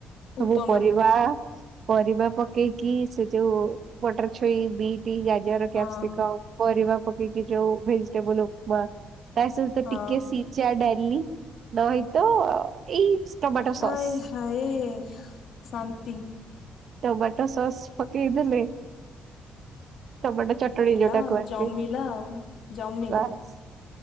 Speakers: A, on the right; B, on the left.
A: ସବୁ
B: ଉପମା
A: ପରିବା ପରିବା ପକେଇକି ସେ ଯୋଉ ମଟର ଛୁଇଁ, ବିଟ୍ ଗାଜର, କ୍ୟାପ୍ସିକ
B: ହଁ
A: ପରିବା ପକେଇକି ଯେଉ ଭେଜିଟେବୁଲ ଉପମା। ତା ସହିତ
B: ହଁ
A: ଟିକେ ସିଜା ଡାଇପ୍ ଲି ତ ଏଇତ ଏଇ ଟମାଟୋ ସସ୍
B: ଆଏ ହାଏ ଶାନ୍ତି।
A: ଟମାଟୋ ସସ୍ ପକେଇଦଲେ। ଟମାଟୋ ଚଟଣୀ
B: ହେଲା
A: ଯୋଉଟା
B: ଆଉ
A: କୁହନ୍ତି।
B: ଜମିଲା ଆଉ ଜମିଲା।
A: ବାସ୍